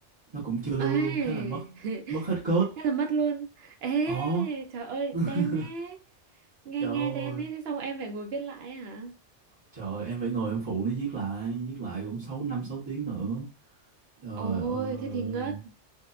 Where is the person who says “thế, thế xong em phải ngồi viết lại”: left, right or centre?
Right